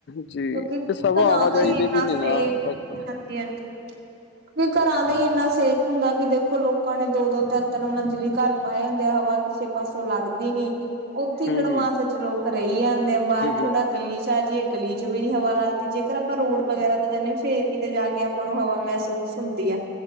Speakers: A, on the left; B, on the right.
A: ਜੀ
B: ਕਿਉਂਕਿ
A: ਇਹ ਸਭ
B: ਘਰਾਂ
A: ਆਵਾਜਾਈ
B: ਦਾ ਹੀ ਇੰਨਾ
A: ਦੇ ਵੀ ਨੇ
B: ਸੇਕ
A: ਨਾ ਇਫੈਕਟ
B: ਹਾਂਜੀ, ਹਾਂਜੀ। ਘਰਾਂ ਦਾ ਹੀ ਇੰਨਾ ਸੇਕ ਹੁੰਦਾ ਕਿ ਦੇਖੋ ਲੋਕਾਂ ਨੇ ਦੋ, ਦੋ ਤਿੰਨ, ਤਿੰਨ ਮੰਜਲੀ ਘਰ ਪਾਏ ਹੁੰਦੇ ਆ ਹਵਾ ਕਿਸੇ ਪਾਸੋਂ ਲੱਗਦੀ ਨੀ। ਉੱਥੇ ਹੀ
A: ਹੂੰ,
B: ਕੜਮਾੱਸ ਚ ਲੋਕ ਰਹੀ ਜਾਂਦੇ ਆ ਬਾਹਰ
A: ਹੂੰ, ਹੂੰ,
B: ਥੋੜਾ ਗਲੀ ਚ ਆ ਜਾਈਏ ਗਲੀ ਚ ਵੀ ਨੀ ਹਵਾ ਲੱਗਦੀ ਜੇਕਰ ਆਪਾਂ ਰੋਡ ਵਗੈਰਾ ਤੇ ਜਾਂਦੇ ਹਾਂ ਫੇਰ ਕਿਤੇ ਜਾ ਕੇ ਆਪਾਂ ਨੂੰ ਹਵਾ ਮਹਿਸੂਸ ਹੁੰਦੀ ਆ